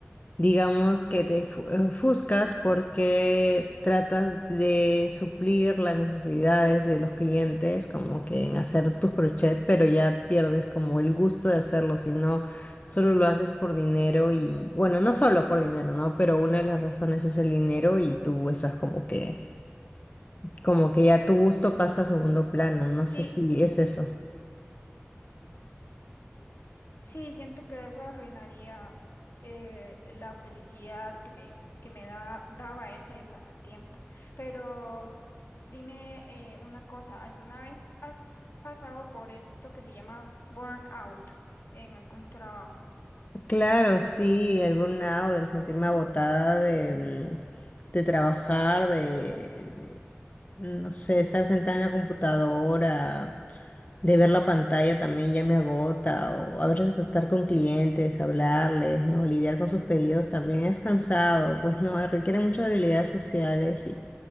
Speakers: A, on the left; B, on the left.
A: digamos, que te fu- eh, ofuscas porque tratas de suplir las necesidades de los clientes, como que en hacer tus crochet, pero ya pierdes como el gusto de hacerlo, si no, solo lo haces por dinero y, bueno, no solo por dinero, ¿no? Pero una de las razones es el dinero y tú estás como que como que ya tu gusto pasa a segundo plano, no sé
B: sí,
A: si
B: sí.
A: es eso.
B: Sí, siento que eso arruinaría eh, la felicidad que me, que me da, daba ese pasatiempo. Pero dime eh, una cosa, ¿alguna vez has pasado por esto que se llama burnout en algún trabajo?
A: Claro, sí, el burnout, el sentirme agotada de, mm, de trabajar, de, de, no sé, estar sentada en la computadora, de ver la pantalla también ya me agota, o a veces tratar con clientes, hablarles, ¿no? Lidiar con sus pedidos también es cansado, pues no, requiere muchas habilidades sociales